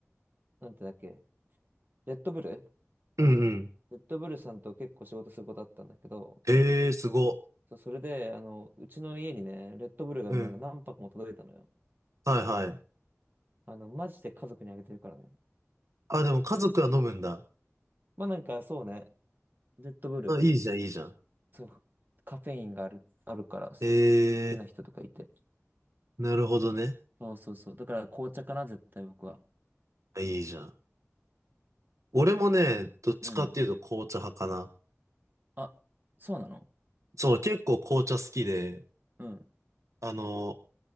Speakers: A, on the right; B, on the right.
A: なんてだっけ、レッドブル
B: うんうん。
A: レッドブルさんと結構仕事することあったんだけど、
B: へえ、すご。
A: そうそれで、あの、うちの家にね、レッドブルがなんか何泊も届いたのよ。
B: うん。はい
A: あの、マジで家族にあげてるからね。
B: あ、でも家族は飲むんだ。
A: まあなんか、そうね、レッドブル、
B: あ、いいじゃん、いいじゃん。
A: そう、カフェインがある、あるから、好
B: え
A: きな人とかいて。
B: ー、なるほどね。
A: そうそうそう。だから紅茶かな、絶対僕は。
B: あいいじゃん。俺もね、どっちかっていうと紅茶派かな。
A: うん。あ、そうなの
B: そう、結構紅茶好きで、
A: うん、
B: あの、